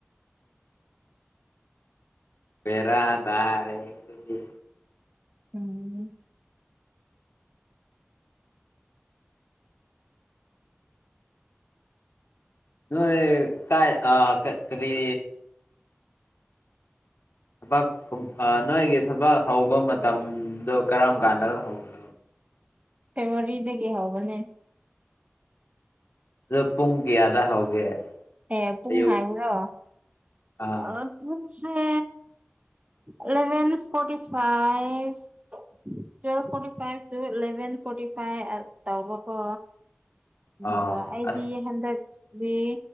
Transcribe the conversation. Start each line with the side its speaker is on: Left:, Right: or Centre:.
Left: ꯕꯦꯔꯥ ꯇꯥꯔꯦꯍꯦ ꯑꯗꯨꯗꯤ
Right: ꯎꯝ
Left: ꯅꯣꯏ ꯀꯥꯏ ꯑ ꯀ ꯀꯔꯤ ꯊꯕꯛ ꯑ ꯅꯣꯏꯒꯤ ꯊꯕꯛ ꯍꯧꯕ ꯃꯇꯝꯗꯣ ꯀꯔꯝ ꯀꯥꯟꯗ ꯅꯣ ꯍꯧꯕ
Right: ꯐꯦꯕꯋꯥꯔꯤꯗꯒꯤ ꯍꯧꯕꯅꯦ
Left: ꯑꯗꯣ ꯄꯨꯡ ꯀꯌꯥꯗ ꯍꯧꯒꯦ
Right: ꯑꯦ ꯄꯨꯡ
Left: ꯑꯌꯨꯛ
Right: ꯍꯥꯏꯌꯨꯔꯣ
Left: ꯑꯥ
Right: ꯑ ꯄꯨꯡꯁꯦ eleven forty five twelve forty five two eleven forty five ꯑ ꯇꯧꯕꯀꯣ
Left: ꯑꯥ
Right: ꯑꯗꯨꯒ ꯑꯩꯗꯤ
Left: ꯑꯁ
Right: ꯍꯟꯗꯛ ꯗꯤ